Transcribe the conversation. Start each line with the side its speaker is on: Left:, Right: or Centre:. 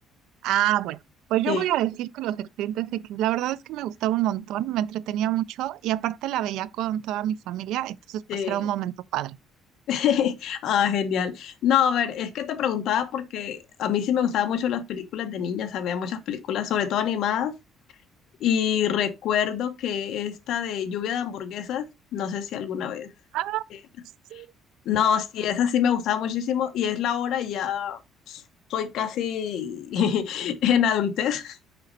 Right: Ah, bueno, pues yo
Left: sí,
Right: voy a decir que los Expedientes X, la verdad es que me gustaba un montón, me entretenía mucho y aparte la veía con toda mi familia, entonces
Left: sí.
Right: pues era un momento padre.
Left: <laughs> Ah, genial. No, a ver, es que te preguntaba porque a mí sí me gustaban mucho las películas de niña, o sea, veía muchas películas, sobre todo animadas. Y recuerdo que esta de lluvia de hamburguesas, no sé si alguna vez.
Right: Ah,
Left: eh,
Right: sí.
Left: No, sí, esa sí me gustaba muchísimo y es la hora y ya soy casi <laughs> en adultez